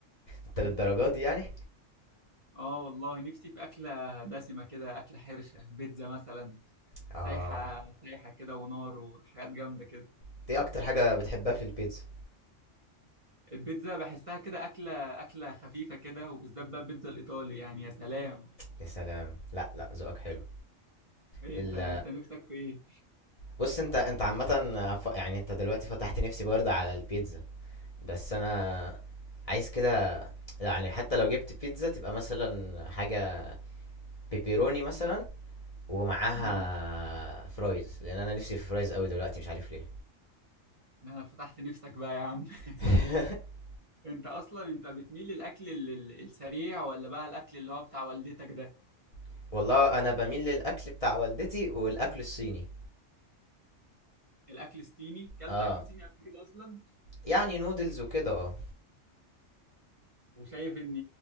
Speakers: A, on the left; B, on the right.
A: أنت للدرجة
B: <laughs>
A: دي يعني؟
B: اه والله نفسي في اكلة دسمة كده اكلة حرشة بيتزا مثلا
A: آه،
B: سايحة سايحة كده ونار وحاجات جامدة كده
A: أنت إيه أكتر حاجة بتحبها في البيتزا؟
B: البيتزا بحسها كده اكلة اكلة خفيفة كده وبالذات بقى البيتزا الايطالي يعني يا سلام
A: يا سلام، لأ لأ ذوقك حلو،
B: ايه
A: ال
B: انت انت نفسك في ايه
A: بُص أنت أنت عامةً ف يعني أنت دلوقتي فتحت نفسي برضه على البيتزا، بس أنا عايز كده يعني حتى لو جبت بيتزا تبقى مثلًا حاجة بيبروني مثلًا ومعاها
B: امم
A: فرايز لان انا نفسي في فرايز قوي دلوقتي مش عارف ليه
B: انا فتحت نفسك بقى يا عم
A: <laughs>
B: <laughs> انت اصلا انت بتميل للاكل ال- ال- السريع ولا بقى الاكل اللي هو بتاع والدتك ده
A: <applause> والله انا بميل للاكل بتاع والدتي والاكل الصيني
B: الاكل الصيني كلت
A: اه
B: اكل صيني قبل كده اصلا
A: يعني نودلز وكده اه
B: وشايف ان